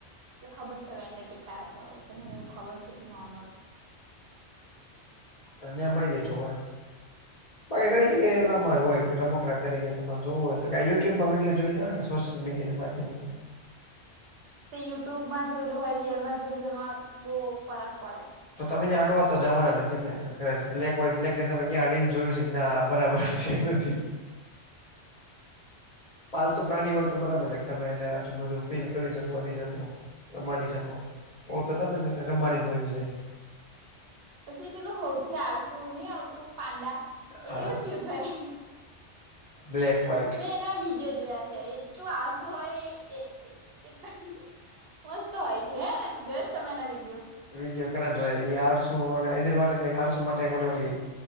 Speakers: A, on the right; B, on the left.
A: એટલે ખબર છે હવે એન્ટ્રકટિકા તો એટલે મને એવું ખબર છે એટલું નોર્મલ.
B: ત્યાં મળી જાય જોવા. બા ઘણી જગ્યા એય રમકડા તકે તમારે જોવું હોય તો કે યુટ્યુબમાં વિડીયો જોઈ લેવાયને સોશિયલ મીડિયાના માધ્યમથી.
A: તે યુટ્યુબમાં જોયેલું હોય, રિયલમાં જોયલું એમાં બહુ ફરક પડે.
B: તો તમે ત્યાં અડવા તો જવાના નથી ને. બ્લેક હોય બ્લેક ને તમે ક્યાં અડીને જોયું છે કે ના બરાબર છે નથી. પાલતુ પ્રાણી હોય તો બરાબર છે તમે એને આજુબાજુ ફીલ કરી શકો, અડી શકો. રમાડી શકો. ઓર તો તમને રમાડી ને વયું જાય.
A: પછી પેલું હવ થી આળસું નહી આવતું પાંડા
B: જાય
A: એ કેવો ક્યુટ હોય.
B: બ્લેક, વાઇટ
A: કેટલા વિડીયો જોયા છે. એટલું આળસું હોય એ એટ મસ્ત હોય છે હે ને. જોયા છે તમે એના વિડીયો?
B: વિડીયો ગણા જોયા એ આળસુ અને એની માટે આળસુ માટે મને એક ઓલી